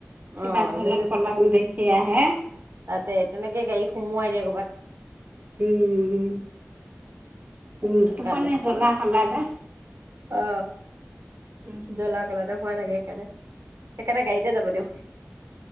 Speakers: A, on the right (about 40°); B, on the right (about 80°).
A: কিবা
B: অ
A: ধলং-পলং
B: য'তে ত'তে
A: দেখি আহে।
B: তাতে তেনেকে গাড়ী সোমোৱাই দিয়ে ক'ৰবাত
A: উম, উম, উম,
B: সেইকাৰণে
A: তুপনি ঘোলা-ঘোলা যে।
B: অ।
A: উম,
B: জ্বলা কলাতে ভয় লাগে াল <unintelligible> সেইকাৰণে গাড়ীতে যাব দিওঁ